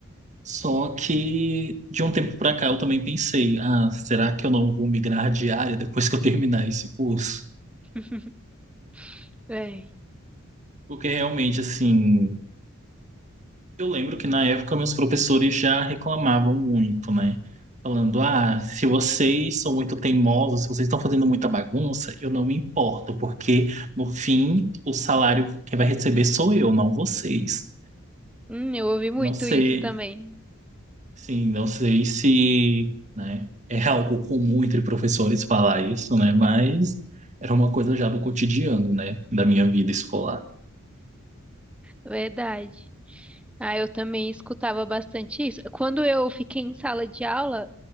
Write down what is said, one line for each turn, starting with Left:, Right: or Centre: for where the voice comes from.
Right: Só que de um tempo pra cá eu também pensei, ah, será que eu não vou migrar de área depois que eu terminar esse curso?
Centre: <laughs> É.
Right: Porque realmente, assim, Eu lembro que na época meus professores já reclamavam muito, né? Falando, ah, se vocês são muito teimosos, se vocês estão fazendo muita bagunça, eu não me importo, porque no fim o salário que vai receber sou eu, não vocês.
Centre: Hum, eu ouvi muito
Right: Não sei,
Centre: isso também.
Right: sim, não sei se, né, é algo comum entre professores falar isso, né? Mas era uma coisa já do cotidiano, né, da minha vida escolar.
Centre: Verdade. Ah, eu também escutava bastante isso. Quando eu fiquei em sala de aula,